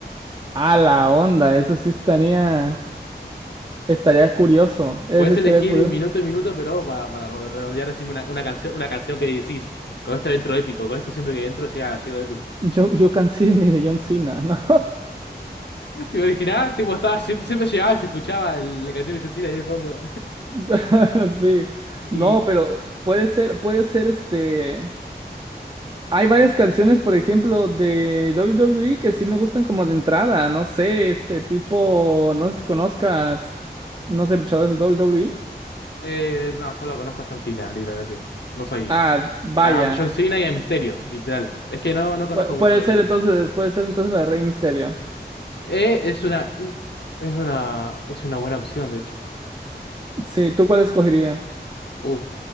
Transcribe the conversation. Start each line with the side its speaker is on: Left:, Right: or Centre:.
Right: A la onda, eso sí estaría, estaría curioso. Eso
Left: Puedes
Right: sí estaría
Left: elegir
Right: curioso.
Left: minuto y minuto, pero para, para ro- redondear, decime una, una canción, una canción que decís, con esto entro épico, con esto siempre que entro llega, llego épico.
Right: You, you can see me de John Cena, ¿no?
Left: <laughs> Tipo, original, tipo, estaba, sie- siempre llegaba y se escuchaba el- la canción de John Cena ahí de fondo.
Right: <laughs> Sí.
Left: Y,
Right: No, pero puede ser, puede ser este. Hay varias canciones, por ejemplo, de WWE que sí me gustan como de entrada. No sé, este tipo, no sé si conozcas, no sé, luchadores de WWE.
Left: eh, no, solo conozco a John Cena, literalmente. No soy,
Right: Ah, vaya.
Left: a John Cena y a Misterio, literal. Es que no, no conozco
Right: Pu-
Left: mucho
Right: puede
Left: doble.
Right: ser entonces, puede ser entonces la de Rey Misterio.
Left: E es una, u- es una, es una buena opción, de hecho.
Right: Sí, ¿tú cuál escogerías?
Left: Uh,